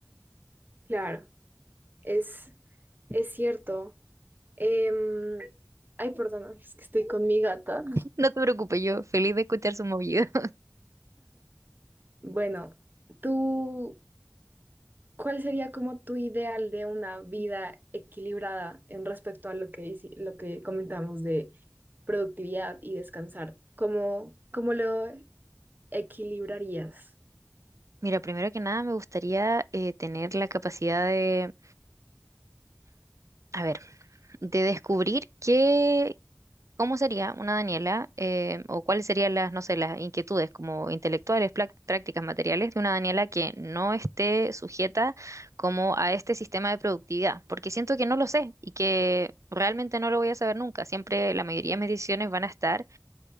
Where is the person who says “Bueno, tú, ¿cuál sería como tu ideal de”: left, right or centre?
Right